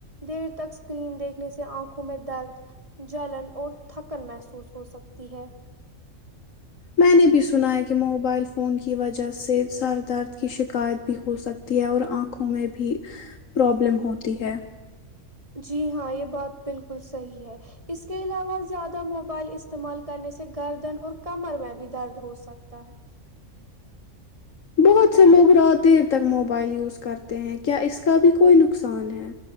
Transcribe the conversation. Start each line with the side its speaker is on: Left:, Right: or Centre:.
Right: دیر تک سکرین دیکھنے سے آنکھوں میں درد جلن اور تھکن محسوس ہوسکتی ہے
Left: میں نے بھی سنا ہے کہ موبائل فون کی وجہ سے سر درد کی شکایت بھی ہوسکتی ہے اور آنکھوں میں بھی پرابلم ہوتی ہے
Right: جی ہاں یہ بات بالکل صحیح ہے اس کے علاوہ زیادہ موبائل استعمال کرنے سے گردن اور کمر میں بھی درد ہو سکتا ہے
Left: بہت سے لوگ رات دیر تک موبائل یوز کرتے ہیں کیا اس کا بھی کوئی نقصان ہے